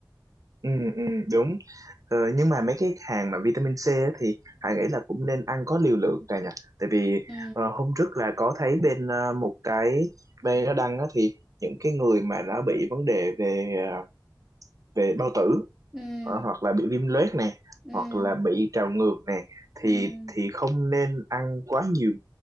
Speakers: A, on the right (about 50°); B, in the centre.
A: ừ, ừ, đúng Ờ, nhưng mà mấy cái hàng mà vitamin C á thì Hải nghĩ là cũng nên ăn có liều lượng cả nhỉ tại vì
B: ừ
A: ờ, hôm trước là có thấy bên ờ, một cái bên nó đăng á thì những cái người mà đã bị vấn đề về ờ, về bao tử
B: ừ
A: ờ, hoặc là bị viêm loét nè
B: ừ
A: hoặc là bị trào ngược nè thì
B: ừ
A: thì không nên ăn quá nhiều